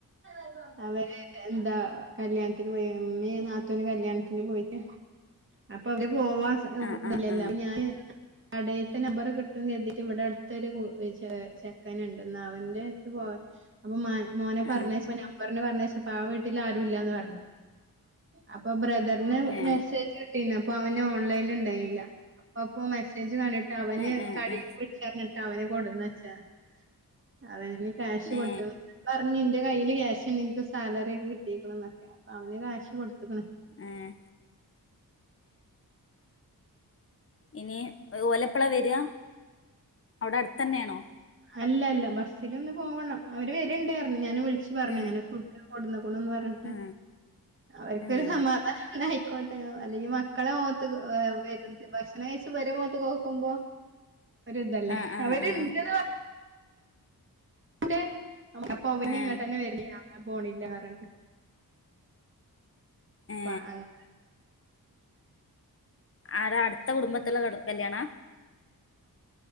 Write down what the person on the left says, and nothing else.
ആ
ആ
ആ
ആ
ഏ
ഏ ഏ
ഏ
ഏ
ഏഹ് ഇനി ഓലെപ്പളാ വരാ, അവ്ടെ അട്ത്തന്നേണോ?
ഏ
ആ
ഏ
ആ ആ
ആ
ഏ
ഏ
ആടാ അട്ത്ത കുടുംബത്ത്ള്ള കല്യാണാ?